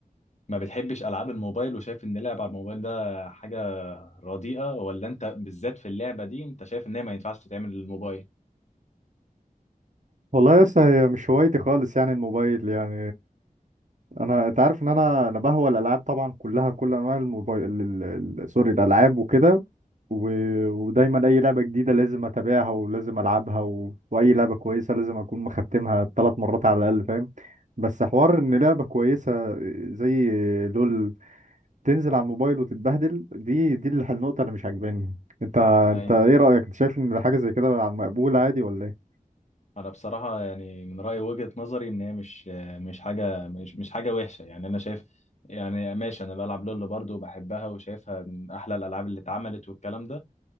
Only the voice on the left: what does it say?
ما بتحبش العاب الموبايل وشايف ان لعب على الموبايل ده حاجه رديئة ولا انت بالذات في اللعبة دي انت شايف ان هي ما ينفعش تتعمل للموبايل
اي
انا بصراحة يعني من رأيي وجهة نظري ان هي مش مش حاجة مش مش حاجة وحشة يعني انا شايف يعني ماشي انا بلعب لول برضه وبحبها وشايفها من احلى الالعاب اللي اتعملت والكلام ده